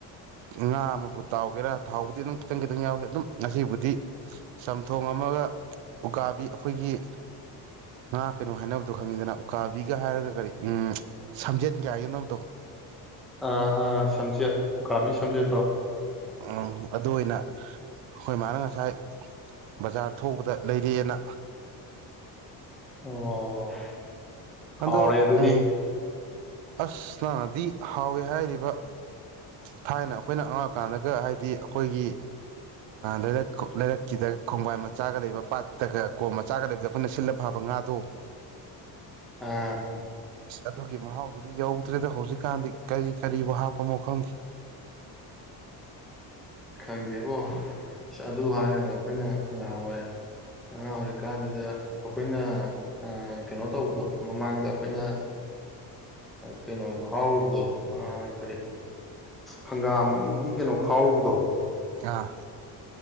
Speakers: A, on the right; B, in the centre.
A: ꯉꯥ ꯑꯃꯕꯨ ꯇꯥꯎꯒꯦꯔꯥ ꯊꯥꯎꯕꯨꯗꯤ ꯑꯗꯨꯝ ꯈꯤꯇꯪ ꯈꯤꯇꯪ ꯌꯥꯎꯏ ꯑꯗꯨꯝ ꯉꯁꯤꯕꯨꯗꯤ ꯆꯝꯊꯣꯡ ꯑꯃꯒ ꯎꯀꯥꯕꯤ ꯑꯈꯣꯏꯒꯤ ꯉꯥ ꯀꯩꯅꯣ ꯍꯥꯏꯅꯕꯗꯣ ꯈꯪꯉꯤꯗꯅ ꯎꯀꯥꯕꯤꯒ ꯍꯥꯏꯔꯒ ꯀꯔꯤ ꯎ ꯁꯝꯖꯦꯠ ꯥꯏꯅꯣ ꯇꯣ <inaudible>
B: ꯑ ꯑ ꯁꯝꯆꯦꯠ ꯎꯀꯥꯕꯤ ꯁꯝꯖꯦꯠꯇꯣ
A: ‌‌ꯑ‍ꯣ ꯑꯗꯨ ꯑꯣꯏꯅ ꯑꯩꯈꯣꯏ ꯃꯥꯅ ꯉꯁꯥꯏ ꯕꯖꯥꯔ ꯊꯣꯛꯎꯕꯗ ꯂꯩꯔꯦꯅ
B: ꯑꯣ
A: ꯑꯗꯣ
B: ꯍꯥꯎꯔꯦ ꯑꯗꯨꯗꯤ
A: ꯎꯝ ꯑꯁ ꯅꯥꯟꯅꯗꯤ ꯍꯥꯎꯋꯦ ꯍꯥꯏꯔꯤꯕ ꯊꯥꯏꯅ ꯑꯩꯈꯣꯏꯅ ꯑꯉꯥꯡ ꯑꯣꯏꯀꯥꯟꯗꯒ ꯍꯥꯏꯗꯤ ꯑꯩꯈꯣꯏꯒꯤ ꯂꯩꯔꯛ ꯂꯩꯔꯛꯀꯤꯗ ꯈꯣꯡꯕꯥꯏ ꯃꯆꯥꯒ ꯂꯩꯕ ꯄꯥꯠꯇꯒ ꯀꯣꯝ ꯃꯆꯥꯒ ꯂꯩꯕꯗ ꯑꯩꯈꯣꯏꯅ ꯁꯤꯜꯂ ꯐꯕ ꯉꯥꯗꯣ
B: ꯑꯥ
A: ꯑꯁ ꯑꯗꯨꯒꯤ ꯃꯍꯥꯎꯗꯨꯗꯤ ꯌꯧꯗ꯭ꯔꯦꯗ ꯍꯧꯖꯤꯛꯀꯥꯟꯗꯤ ꯀꯔꯤ ꯀꯔꯤꯕꯨ ꯍꯥꯞꯄ ꯃꯪꯗꯦ
B: ꯈꯪꯗꯦꯕꯣ ꯑꯗꯨ ꯍꯥꯏꯔꯒ ꯑꯩꯈꯣꯏꯅ ꯉꯍꯥꯎꯋꯥꯏ ꯉꯍ ꯑꯣꯏꯔꯤꯀꯥꯟꯁꯤꯗ ꯑꯩꯈꯣꯏꯅ ꯀꯩꯅꯣ ꯇꯧꯕꯗꯣ ꯃꯃꯥꯡꯗ ꯑꯩꯈꯣꯏꯅ ꯀꯩꯅꯣ ꯈꯥꯎꯔꯨꯕꯗꯣ ꯀꯔꯤ ꯍꯪꯒꯥꯝꯒꯤ ꯀꯩꯅꯣ ꯈꯥꯎꯔꯨꯕꯗꯣ
A: ꯑꯥ